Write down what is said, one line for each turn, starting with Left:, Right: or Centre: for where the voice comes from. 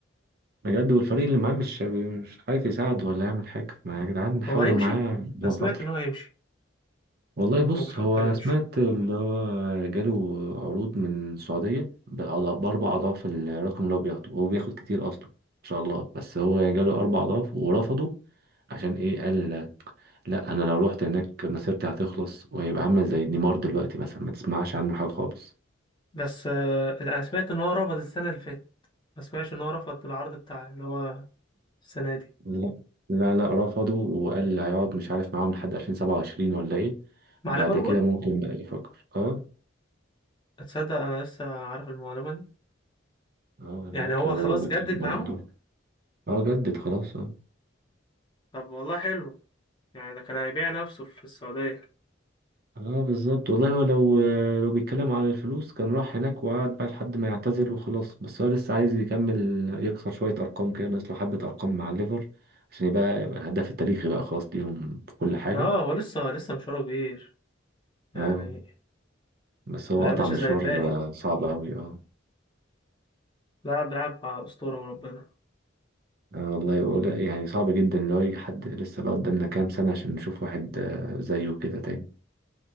Right: بجد والفريق اللي معاه مش مش عارف يساعد ولا يعمل حاجة ما يا جدعان حاولوا
Left: هو هيمشي
Right: معاه عشان
Left: أنا سمعت
Right: خاطره
Left: إن هو هيمشي
Right: والله بص
Left: أو بيفكر
Right: هو
Left: يمشي
Right: سمعت اللي هو جاله عروض من السعودية بأضع- بأربع أضعاف الرقم اللي هو بياخده وهو بياخد كتير أصلا إن شاء الله بس هو يعني جاله أربع أضعاف ورفضه عشان إيه قال لأ أنا لو رحت هناك مسيرتي هتخلص وهيبقى عامل زي نيمار دلوقتي مثلا ما تسمعش عنه حاجة خالص
Left: بس آه، أنا سمعت إن هو رفض السنة اللي فاتت ما سمعتش إن هو رفض العرض بتاع اللي هو السنة دي
Right: لا لا لا رفضه وقال هيقعد مش عارف معاهم لحد 2027 ولا إيه
Left: مع
Right: وبعد
Left: ليفربول
Right: كده ممكن بقى يفكر أه
Left: تصدق أنا لسه عارف المعلومة دي
Right: أه
Left: يعني
Right: لأ كانوا
Left: هو خلاص
Right: بيتكلموا
Left: جدد معاهم
Right: عن الموضوع. أه جدد خلاص أه
Left: طب والله حلو يعني ده كان هيبيع نفسه في السعودية
Right: اه بالظبط والله هو لو لو بيتكلم عن الفلوس كان راح هناك وقعد بقى لحد ما يعتزل وخلاص بس هو لسه عايز يكمل يكسر شوية أرقام كده ناقص له حبة أرقام مع الليفر عشان يبقى يبقى الهداف التاريخي بقى خلاص ليهم في كل حاجة
Left: اه هو لسه لسه مشواره كبير يعني
Right: اه بس هو
Left: ما يعملش
Right: قطع مشوار
Left: زي الباقي
Right: آه، صعب أوي اه
Left: لاعب بيلعب على أسطورة وربنا
Right: آه، والله يقول يعني صعب جدا لو يجي حد لسه بقى قدامنا كام سنة عشان نشوف واحد آه، زيه كده تاني